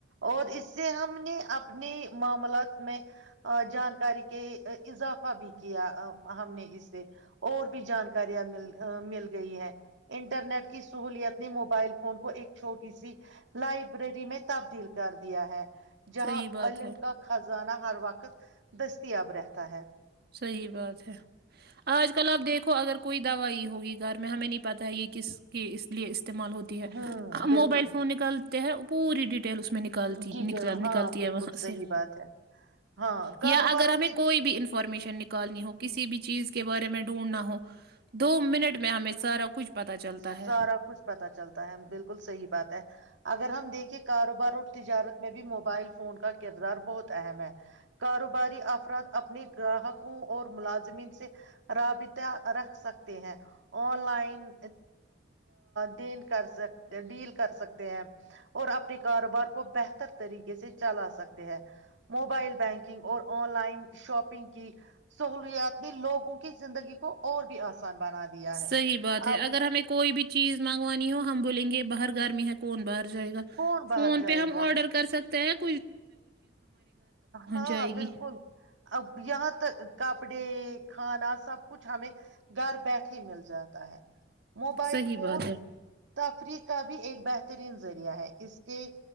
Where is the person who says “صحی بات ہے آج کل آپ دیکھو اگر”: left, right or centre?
Right